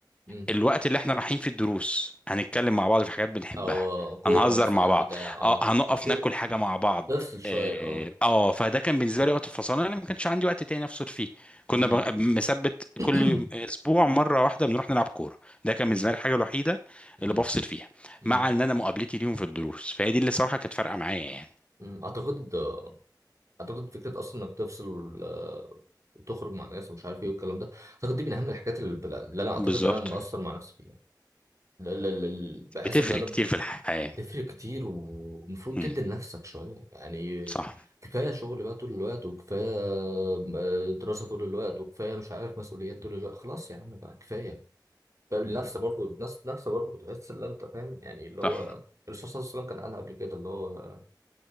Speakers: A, on the right; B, on the left.
A: مم.
B: الوقت اللي احنا رايحين فيه الدروس هنتكلم مع بعض في حاجات بنحبها
A: اه كوره
B: هنهزر
A: مثلا
B: مع بعض
A: بتاع اه
B: اه هنقف
A: ت-
B: ناكل حاجة مع بعض
A: تفصل شويه
B: اه
A: اه
B: آه، فده كان بالنسبة لي وقت الفصل انا ما كانش عندي وقت تاني افصل فيه كنا
A: مم.
B: ب- مثبت
A: <clears throat>
B: كل يوم- اسبوع مرة واحدة بنروح نلعب كورة ده كان
A: مم.
B: بالنسبة لي الحاجة الوحيدة
A: مم.
B: اللي بفصل فيها
A: مم.
B: مع ان انا مقابلتي ليهم في الدروس فهي دي اللي صراحة كانت فارقة معايا يعني
A: مم. اعتقد اعتقد فكره اصلا انك تفصل آه، وتخرج مع ناس ومش عارف ايه والكلام ده اعتقد دي من اهم الحاجات اللي اللي انا اعتقد
B: بالظبط
A: انا مقصر مع نفسي فيها لا- لا- لا- بحس
B: بتفرق
A: ان انا
B: كتير في الحياة
A: تفرق كتير ومفروض
B: مم.
A: تدي لنفسك شوية يعني
B: صح
A: كفاية شغل بقى طول الوقت وكفاية آه، دراسة طول الوقت وكفاية مش عارف مسؤوليات طول الوقت خلاص يا عم بقى كفاية بقى النفس برضه النفس نفسه برضه بتحس ان انت فاهم يعني اللي هو
B: صح
A: الرسول صلى الله عليه وسلم كان قالها قبل كده اللي هو